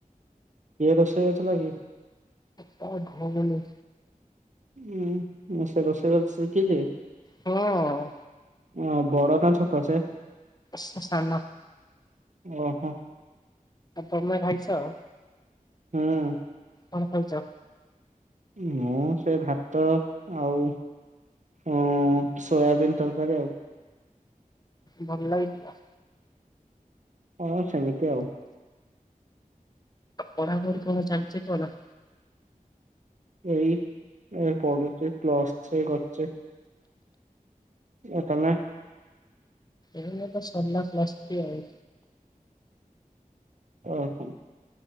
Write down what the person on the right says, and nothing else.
କିଏ ରୋଷେଇ କରିଥିଲା କିଏ।
ଉୁଁ ସେ ରୋଷେଇ କରି ଶିଖିଛି।
ଅଁ ବରଦା ଛକ ସେ।
ଆହ।
ହୁଁ।
ମୁଁ ସେଭାତ ଆଉ ଉୁଁ ସୋୟାବିନ ତରକାରୀ ଆଉ
ଅଁ ସେମିତି ଆଉ
ଏଇ ଏଁ ପଢୁଚେ ପ୍ଲସ୍ ଥ୍ରୀ କରୁଚେ। ଆଉ ତମେ।
ଓହୋ